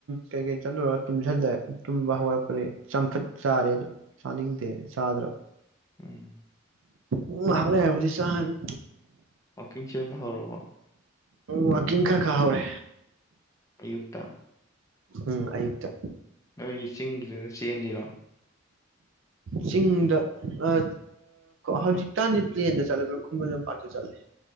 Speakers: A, on the right; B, on the left.
A: ꯀꯩꯀꯩ ꯆꯠꯂꯨꯔꯒ ꯇꯨꯝꯁꯤꯜꯂꯦ ꯇꯨꯝꯕ ꯍꯧꯔꯛꯄꯗꯤ ꯆꯝꯐꯨꯠ ꯆꯥꯔꯦ ꯑꯗꯨ ꯆꯥꯅꯤꯡꯗꯦ ꯆꯥꯗ꯭ꯔꯕ
B: ꯎꯝ
A: ꯎꯝ ꯉꯥꯏꯍꯥꯛ ꯂꯩꯔꯕꯨꯗꯤ ꯆꯥꯔꯅꯤ
B: ꯋꯥꯛꯀꯤꯡ ꯆꯦꯟꯕ ꯍꯧꯔꯕꯣ
A: ꯋꯥꯀꯤꯡ ꯈꯥ ꯈꯥ ꯍꯧꯔꯦ
B: ꯑꯌꯨꯛꯇ
A: ꯎꯝ ꯑꯌꯨꯛꯇ
B: ꯅꯣꯏꯒꯤ ꯆꯤꯡꯗꯨꯗ ꯆꯦꯜꯂꯤꯔꯣ
A: ꯆꯤꯡꯗ ꯑꯥ ꯍꯧꯖꯤꯛꯀꯥꯟꯗꯤ ꯄ꯭ꯂꯦꯟꯗ ꯆꯠꯂꯦꯕꯅꯦ ꯈꯨꯨꯡꯒꯟ ꯂꯝꯄꯥꯛꯇ ꯆꯠꯂꯦ